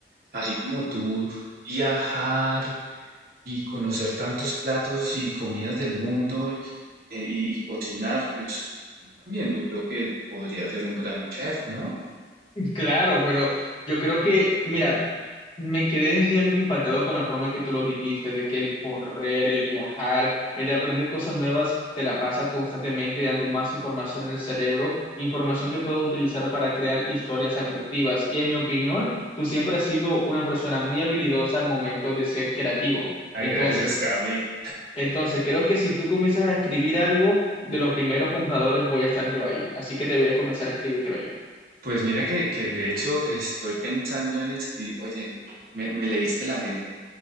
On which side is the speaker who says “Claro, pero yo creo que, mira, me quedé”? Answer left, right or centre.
Left